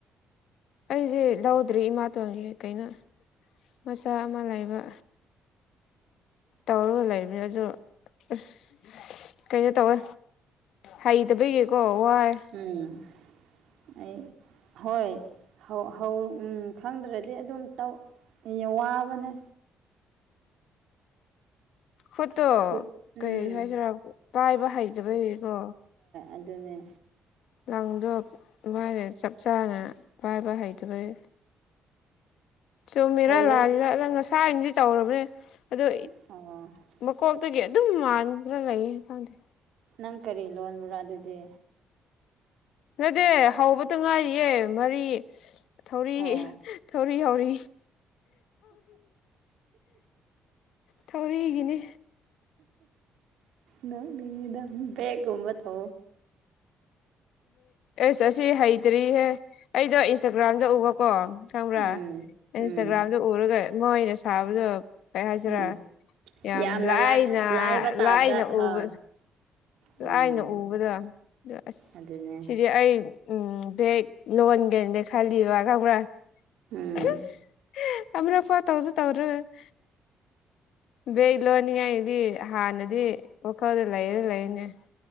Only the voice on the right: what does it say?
ꯎꯝ ꯑꯩ ꯍꯣꯏ ꯍꯧ ꯈꯪꯗ꯭ꯔꯗꯤ ꯑꯗꯨꯝꯧ ꯋꯥꯕꯅꯦ
ꯈꯨꯠ ꯎꯝ
ꯑꯗꯨꯅꯤ
ꯍꯩꯔꯦ
<unintelligible>
ꯅꯪ ꯀꯔꯤ ꯂꯣꯟꯕ꯭ꯔꯣ ꯑꯗꯨꯗꯤ
ꯑꯣ
ꯅꯗꯥꯒꯨꯝꯕ ꯊ
ꯎꯝ
ꯎꯝ
ꯎꯝ
ꯌꯥꯝꯅ
ꯂꯥꯏ ꯂꯥꯏꯕ ꯇꯥꯏꯞꯇ
ꯍꯣꯏ
ꯎꯝ
ꯑꯗꯨꯅꯦ
ꯎꯝ